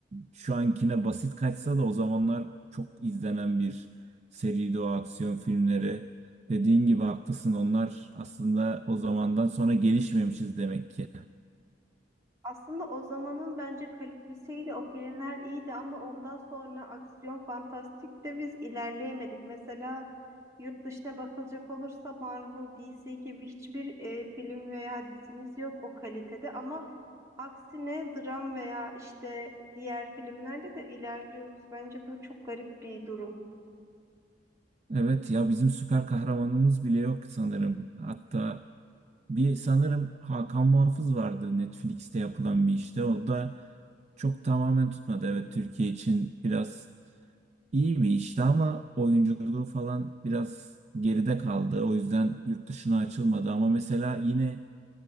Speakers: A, on the right; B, on the right.
A: şu ankine basit kaçsa da o zamanlar çok izlenen bir seriydi o aksiyon filmleri. Dediğin gibi haklısın onlar aslında o zamandan sonra gelişmemişiz demek ki.
B: Aslında o zamanın bence kalitesiyle o filmler iyiydi ama ondan sonra aksiyon fantastik de biz ilerleyemedik. Mesela yurt dışına bakılacak olursa Marvel, DC gibi hiçbir e, film veya dizimiz yok o kalitede ama aksine dram veya işte diğer filmlerde de ilerliyoruz. Bence bu çok garip bir durum.
A: Evet ya bizim süper kahramanımız bile yok sanırım. Hatta Bir sanırım Hakan Muhafız vardı Netflix'te yapılan bir işte. O da çok tamamen tutmadı. Evet Türkiye için biraz iyi bir işti ama oyunculuğu falan biraz geride kaldı. O yüzden yurt dışına açılmadı. Ama mesela yine